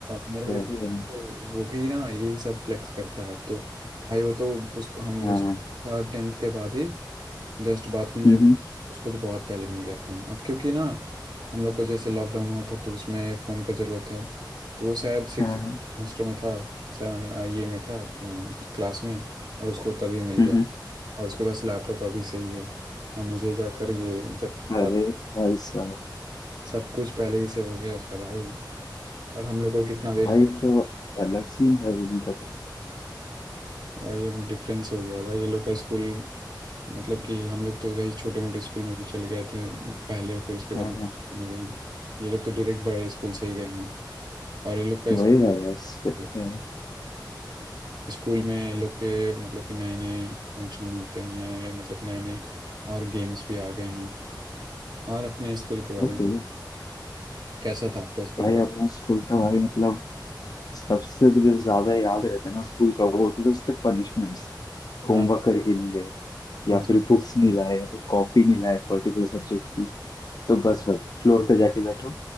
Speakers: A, on the right (about 60°); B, on the left (about 55°).
A: मेरा
B: क्या
A: भी तो
B: ही भाई
A: वो भी ना यही सब फ्लेक्स करता है अब तो भाई वो तो उसको हम
B: हाँ
A: मुझे
B: हम्म,
A: था टेंथ के बाद ही जस्ट बाद में मुझे
B: हम्म,
A: उसको तो बहुत पहले मिल गया फ़ोन अब क्योंकि ना हम लोग को जैसे लॉकडाउन हुआ था तो उसमें फ़ोन का ज़रूरत था तो वो शायद सिक्स
B: हाँ
A: सेमेस्टर में था सेवन ये में था क्लास में और उसको तभी मिल
B: हम्म,
A: गया
B: हम्म।
A: और उसके पास लैपटॉप अभी से ही है और मुझे जाकर ये जब कॉलेज
B: अरे भाई साहब
A: सब कुछ पहले ही से हो गया उसका भाई और हम लोग को कितना देर
B: भाई
A: से-
B: ये तो अलग सीन है इनका तो
A: भाई अब डिफरेंस हो गया भाई ये लोग का स्कूल मतलब कि हम लोग तो वही छोटे मोटे स्कूल में भी चले गए थे पहले फिर उसके बाद
B: हाँ
A: स्कूल
B: हाँ
A: में गए हैं ये लोग तो डायरेक्ट बड़े स्कूल से ही गए हैं और ये लोग का
B: वही भाई यार
A: स्कूल
B: सही है
A: स्कूल में ये लोग के मतलब कि नए नए फंक्शन होते हैं मतलब नए नए और गेम्स भी आ गए हैं और अपने स्कूल के बारे
B: ओके
A: में कैसा था आपका स्कूल
B: भाई अपना स्कूल था भाई मतलब सबसे जो ज्यादा याद रहता है ना स्कूल का वो होते थे उसके पनिशमेंट्स
A: बट
B: होमवर्क करके नहीं गए या
A: हम्म,
B: फिर बुक्स नहीं लाए या फिर कॉपी नहीं लाए पर्टिकुलर सब्जेक्ट की तो बस भाई फ्लोर पे जाके बैठो